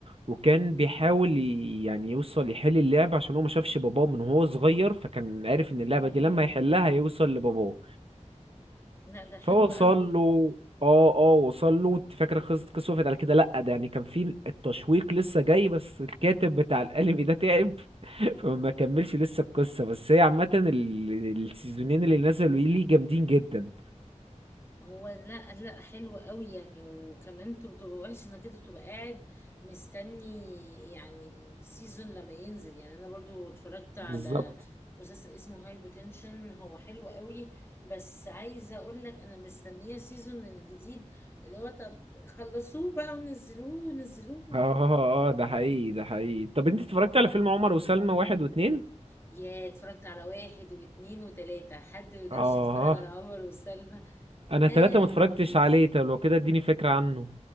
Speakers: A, on the right (about 50°); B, on the left (about 20°).
A: وكان بيحاول ي- يعني يوصل يحل اللعبة عشان هو ما شافش باباه من هو صغير فكان عارف ان اللعبة
B: ياه
A: دي لما يحلها يوصل لباباه
B: لا ده حلو
A: فهو وصل
B: قوي
A: له اه اه وصل له انت فاكر قصه قصه وقفت على كده لا ده يعني كان في التشويق لسه جاي بس الكاتب بتاع الانمي ده تعب <laughs> فما كملش لسه القصه بس هي عامه ال- السيزونين اللي نزلوا ليه جامدين جدا
B: هو لا لا حلو قوي يعني وكمان انت بتبقى وحش انك انت بتبقى قاعد مستني يعني السيزون لما ينزل يعني انا برضو اتفرجت على
A: بالظبط
B: مسلسل اسمه هاي بوتنشن هو حلو قوي بس عايزه اقول لك انا مستنيه السيزون الجديد اللي هو طب خلصوه بقى ونزلوه ونزلوه
A: اه اه آه، ده حقيقي ده حقيقي طب انت اتفرجت على فيلم عمر وسلمى واحد واتنين
B: يا اتفرجت على واحد واتنين وتلاته حد ما يقدرش
A: اه
B: يتفرج على عمر وسلمى ده
A: انا تلاتة ما اتفرجتش
B: تحفة.
A: عليه طب لو كده اديني فكرة عنه